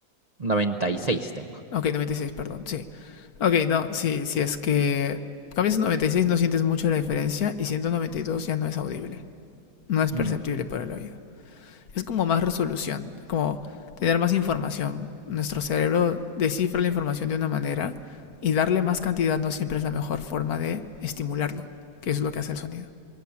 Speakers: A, on the right; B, on the left.
A: noventa y seis tengo.
B: Ok, 96, perdón, sí. Ok, no, sí, si es que cambias a 96, no sientes mucho la diferencia y 192 ya no es audible, no es perceptible
A: Mm,
B: para el oído. Es como más resolución, como tener más información. Nuestro cerebro descifra la información de una manera y darle más cantidad no siempre es la mejor forma de estimularlo, que es lo que hace el sonido.